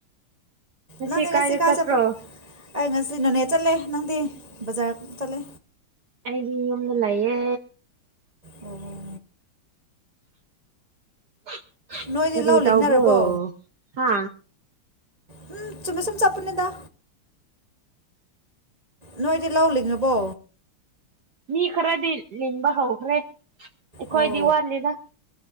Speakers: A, on the right (about 55°); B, on the right (about 25°).
A: ꯉꯁꯤ
B: ꯅꯪ ꯌꯦꯉꯁꯤ
A: ꯀꯥꯏꯗ
B: ꯀꯥꯏ
A: ꯆꯠꯄ꯭ꯔꯣ
B: ꯆꯄꯡꯁꯤ ꯅꯅ ꯆꯠꯂꯦ ꯅꯪꯗꯤ ꯕꯖꯥꯔ ꯆꯠꯂꯦ
A: ꯑꯩꯗꯤ ꯌꯨꯝꯗ ꯂꯩꯌꯦ
B: ꯑꯣ
A: ꯑ
B: ꯅꯣꯏꯗꯤ
A: ꯐꯔꯤ
B: ꯂꯧ
A: ꯇ
B: ꯂꯤꯡꯅꯔꯕꯣ
A: ꯑꯣꯕ꯭ꯔꯣ ꯍꯥ
B: ꯎꯝ ꯁꯨꯝ ꯁꯨꯝ ꯆꯥꯄꯅꯗ ꯅꯣꯏꯗꯤ ꯂꯧꯜꯂꯤꯅꯦꯕꯣ
A: ꯃꯤ ꯈꯔꯗꯤ ꯂꯤꯟꯕ ꯍꯧꯈ꯭ꯔꯦ ꯀꯣꯏꯗꯤ
B: ꯑꯣ
A: ꯋꯥꯔꯂꯤꯗ